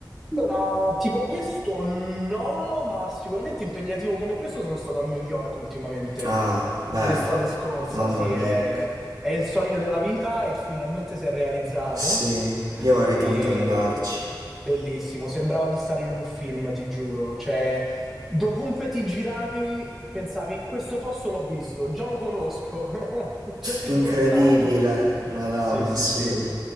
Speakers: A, in the centre; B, on the right (about 60°).
A: Allora, tipo questo no, ma sicuramente impegnativo come questo sono stato a New York ultimamente.
B: Ah, beh,
A: L'estate scorsa,
B: mamma
A: sì,
B: mia.
A: è, è il sogno della vita e finalmente si è realizzato.
B: Sì, io vorrei
A: E
B: tanto andarci.
A: bellissimo, sembrava di stare in un film, ti giuro. Cioè, dovunque ti giravi, pensavi, questo posto l'ho visto, già lo conosco, <laughs> già ci
B: Incredibile,
A: sono stato.
B: madonna,
A: Sì, sì,
B: assurdo.
A: sì,